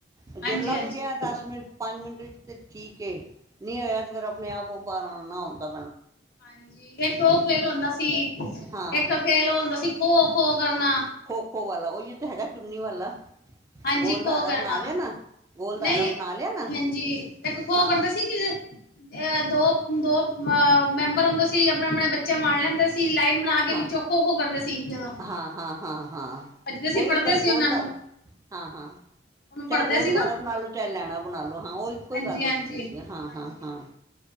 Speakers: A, on the right; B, on the left.
A: ਜੋੁ
B: ਹਾਂਜੀ।
A: ਲੱਭ ਗਿਆ
B: ਹਾਂਜੀ
A: ਦਸ ਮਿੰਟ ਪੰਜ ਮਿੰਟ ਵਿੱਚ ਤੇ ਠੀਕ ਏ ਨਹੀਂ ਹੋਇਆ ਤੇ ਫਿਰ ਆਪਣੇ ਆਪ ਉਹ ਬਾਹਰ ਆਉਨਾ ਆਉਂਦਾ
B: ਹਾਂਜੀ ਇੱਕ ਉਹ ਖੇਲ ਹੁੰਦਾ ਸੀ
A: ਹਾਂ
B: ਇੱਕ ਖੇਲ ਉਹ ਹੁੰਦਾ ਸੀ ਖੋ ਖੋ ਕਰਨਾ
A: ਖੋ ਖੋ ਵਾਲਾ ਉਹੀ ਤਾਂ ਹੈਗਾ ਚੁੰਨੀ ਵਾਲਾ
B: ਹਾਂਜੀ
A: ਗੋਲ
B: ਖੋ
A: ਧਾਰਾ
B: ਕਰਨਾ
A: ਬਣਾ ਲਿਆ ਨਾ ਗੋਲ ਧਾਰਾ
B: ਨਹੀਂ
A: ਬਣਾ ਲਿਆ ਨਾ
B: ਹਾਂਜੀ ਇੱਕ ਉਹੋ
A: ਹਾਂ
B: ਕਰਦਾ ਸੀ ਜ ਅਹ ਦੋ ਦੋ ਅ ਮੈਂਬਰ ਹੁੰਦਾ ਸੀ ਆਪਣਾ ਆਪਣਾ ਬੱਚਾ ਮਾਣ ਲੈਂਦਾ ਸੀ ਲਾਈਨ ਬਣਾ ਕੇ
A: ਹਾਂ
B: ਵਿੱਚੋਂ ਖੋ ਖੋ ਕਰਦੇ ਸੀ ਜਦੋਂ
A: ਹਾਂ ਹਾਂ ਹਾਂ ਹਾਂ
B: ਅੱਜਦੇ ਸੀ
A: ਉਹੀ
B: ਫੜ੍ਹਦੇ
A: ਚਾਹੇ
B: ਸੀ
A: ਗੋਲ
B: ਉਹਨਾਂ ਨੂੰ
A: ਧਾਰਾ ਹਾਂ ਹਾਂ
B: ਉਹਨੂੰ ਫੜਦੇ
A: ਚਾਹੇ ਗੋਲਦਾਰਾ
B: ਸੀ ਨਾ
A: ਬਣਾ ਲੋ ਚਾਹੇ ਲੈਣਾ ਬਣਾ ਲੋ ਹਾਂ ਉਹ ਇੱਕੋ
B: ਹਾਂਜੀ
A: ਹੀ ਗੱਲ
B: ਹਾਂਜੀ
A: ਹੁੰਦੀ ਹੈ ਹਾਂ
B: ਹਾਂਜੀ
A: ਹਾਂ ਹਾਂ